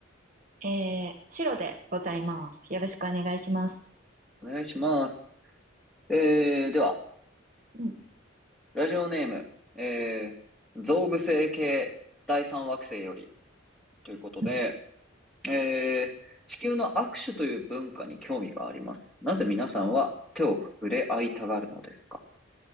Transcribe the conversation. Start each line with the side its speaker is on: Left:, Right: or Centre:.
Right: い。えー、白でございます。よろしくお願いします。
Centre: お願いします。えー、では、
Right: うん。
Centre: ラジオネーム、えー、グ具星系第三惑星よりということで、
Right: <laughs>
Centre: えー、地球の握手という文化に興味があります。なぜ皆さんは手を触れ合いたがるのですか